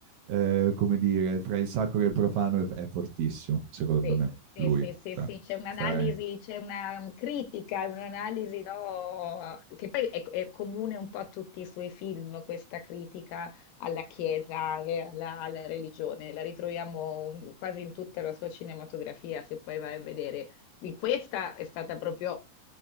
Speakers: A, on the right; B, on the left.
A: eh, come dire, fra il sacro e il profano è, è fortissimo, secondo
B: Sì,
A: me, lui.
B: sì, sì, sì,
A: Cioè,
B: sì, c'è un'analisi,
A: stai...
B: c'è una um, critica, un'analisi, no, che poi è, è comune un po' a tutti i suoi film, questa critica alla Chiesa e alla, alla religione, la ritroviamo mm, quasi in tutta la sua cinematografia, se poi vai a vedere. In questa è stata proprio,